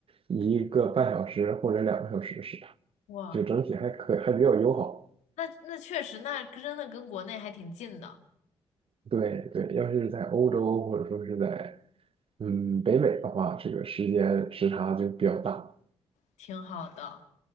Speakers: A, on the right (about 50°); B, on the left (about 80°).
A: 一个半小时或者两个小时的时差。
B: 哇，
A: 就整体还可还比较友好。
B: 那那确实，那真的跟国内还挺近的，
A: 对对，要是在欧洲或者说是在嗯北美的话，这个时间时差就比较大。
B: 挺好的。